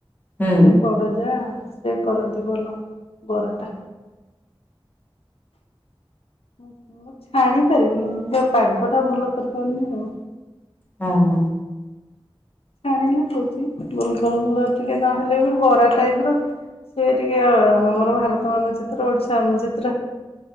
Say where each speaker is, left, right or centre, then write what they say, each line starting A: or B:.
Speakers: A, on the left; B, on the left.
A: ହୁଁ
B: ସେ ବଡ ଯା ସେ କରନ୍ତି ଭଲ ବରଟା ମୁଁ ଛାଣି ପାରିବି କିନ୍ତ, ସେ ପାଗ ଟା ଭଲ କରିପାରୁନି ଆଉ
A: ହଁ ହଁ।
B: ଛାଣିଲେ ହଉଛି ଗୋଲ ଗୋଲ ଟିକେ ନହେଲେ ବି ବରା ଟାଇପ ର ସେ ଟିକେ ଆମର ଭାରତ ମାନଚିତ୍ର ଓଡିଶା ଅନାନୁଚିତ୍ର